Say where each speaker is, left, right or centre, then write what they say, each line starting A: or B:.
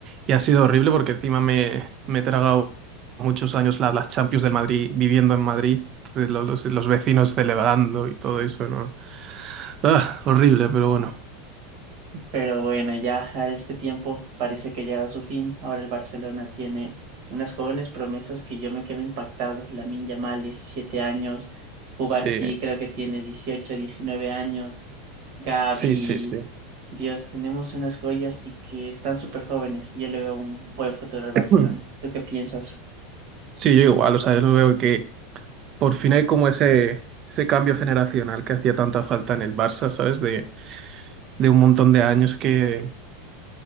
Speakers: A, on the right; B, on the right.
A: Y ha sido horrible porque encima me, me he tragado muchos años la- las Champions del Madrid viviendo en Madrid. Entonces, lo- los, los vecinos celebrando y todo eso, ¿no? Ah, horrible, pero bueno.
B: Pero bueno, ya a este tiempo parece que ha llegado a su fin. Ahora el Barcelona tiene unas jóvenes promesas que yo me quedo impactado. Lamine Yamal, 17 años. Cubarsí
A: Sí,
B: creo que tiene 18 19 años. Gavi,
A: sí, sí, sí.
B: Dios, tenemos unas joyas y que están súper jóvenes. Yo le veo un buen futuro al Barcelona.
A: <clears throat>
B: ¿Tú qué piensas?
A: Sí, yo igual, o sea, yo lo veo que Por fin hay como ese, ese cambio generacional que hacía tanta falta en el Barça, ¿sabes? De, de un montón de años que,